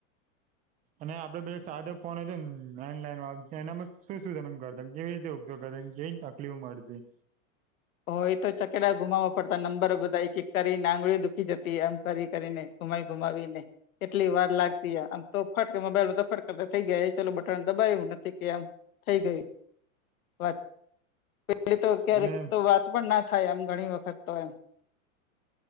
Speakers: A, on the right; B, on the left.
A: અને પહેલાં જ્યારે સાદા ફોન અને લેન્ડલાઇન તેનામાં શુ શુ ગમેંગ કરતા કય રીતે ઉપયોગ કરતા <unintelligible> <unintelligible> મળતી
B: હો એતો છકડા ગુમાવા પડતા નંબર બધા એક એક કરીને આંગળિયો દુઃકી જતી એમ કરિ કરિ ને. ગુમાવી ગુમાવી ને કેટલી વાર લગતી હોયે આમ તો ફટ મોબાઇલ મા બટન દબાયું ને થય ગયું થયે જાયે વાત્ત પહેલાં તો ક્યારે
A: અને
B: વાત પણ ના થયે ઘણી વખત તો એમ